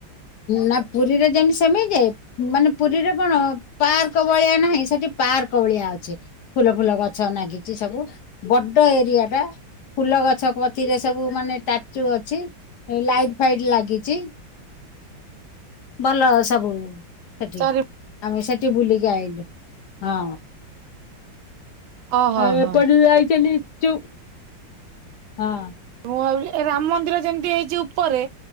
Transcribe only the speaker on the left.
ନା ପୁରୀରେ ଯେମିତି ସେମିତି ଯେ ମାନେ ପୁରୀରେ କଣ ପାର୍କ ଭଳିଆ ନାହିଁ ସେଠି ପାର୍କ ଭଳିଆ ଅଛି। ଫୁଲ ଫୁଲ ଗଛ ନାଗିଚି ସବୁ ବଡ ଏରିଆ ଟା। ଫୁଲ ଗଛ କତିରେ ସବୁ ମାନେ ଟାଚୁ ଅଛି ଲାଇଟ୍ ଫାଇଟ୍ ଲାଗିଚି। ଭଲ ସବୁ ସେଠି
ଆମେ ସେଠି ବୁଲିକି ଆଇଲୁ। ହଁ
ଆଉ
ଏପଟୁରୁ ଜାଇଚନି ଯଉ ହଁ।